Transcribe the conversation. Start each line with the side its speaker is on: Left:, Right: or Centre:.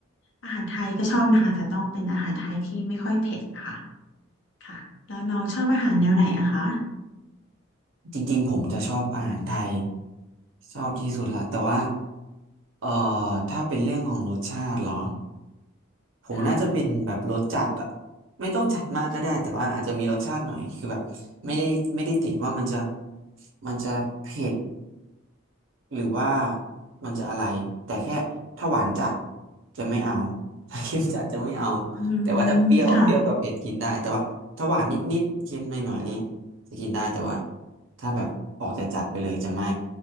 Left: อาหารไทยก็ชอบนะคะแต่ต้องเป็นอาหารไทยที่ไม่ค่อยเผ็ดค่ะค่ะแล้วน้องชอบอาหารแนวไหนอะคะ
Right: จริงๆผมจะชอบอาหารไทยชอบที่สุดละแต่ว่าเอ่อถ้าเป็นเรื่องของรสชาติเหรอผมน่าจะเป็นแบบรสจัดอะ
Left: ค่ะ
Right: ไม่ต้องจัดมากก็ได้แต่ว่าอาจจะมีรสชาติหน่อยคือแบบไม่ได้ไม่ได้ติดว่ามันจะมันจะเผ็ด หรือว่ามันจะอะไรแต่แค่ถ้าหวานจัดจะไม่เอา <laughs> ถ้าเค็มจัดจะไม่เอา
Left: อื
Right: แต่ว่าถ้าเปรี้ยวเปรี้ยวกับเผ็ดกินได้แต่ว่าถ้าหวานนิดๆเค็มหน่อยๆอะไรเงี้ยจะกินได้แต่ว่า
Left: มค่ะ
Right: ถ้าแบบออกจะจัดไปเลยจะไม่